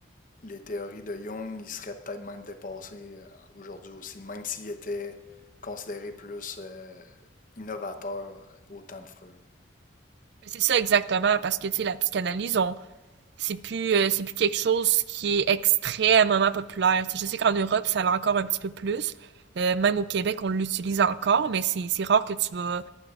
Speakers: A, on the left; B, on the right.
A: les théories de Jung, ils seraient peut-être même dépassées euh, aujourd'hui aussi, même s'ils étaient considérés plus euh, innovateurs au temps de Freud.
B: C'est ça exactement, parce que tu sais, la psychanalyse, on c'est plus euh, c'est plus quelque chose qui est extrêmement populaire. Tu sais, je sais qu'en Europe, ça l'a encore un petit peu plus. Euh, même au Québec, on l'utilise encore, mais c'est c'est rare que tu vas